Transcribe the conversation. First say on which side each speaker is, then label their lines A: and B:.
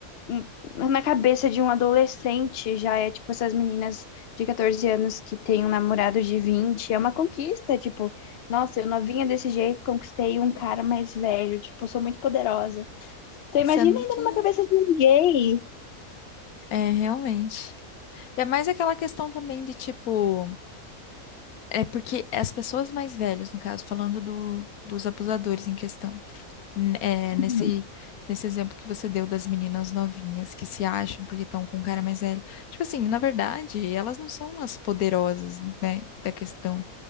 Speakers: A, on the left (about 55°); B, on the left (about 80°).
A: um- na cabeça de um adolescente já é tipo essas meninas de 14 anos que têm um namorado de vinte é uma conquista, tipo, nossa, eu novinha desse jeito, conquistei um cara mais velho, tipo, sou muito poderosa. Você imagina
B: Sendo
A: ainda
B: que,
A: numa cabeça de um gay,
B: é, realmente. E é mais aquela questão também de, tipo, é porque as pessoas mais velhas, no caso, falando do, dos abusadores em questão, n- é,
A: Uhum.
B: nesse, nesse exemplo que você deu das meninas novinhas que se acham porque estão com um cara mais velho. Tipo assim, na verdade, elas não são as poderosas, né, da questão.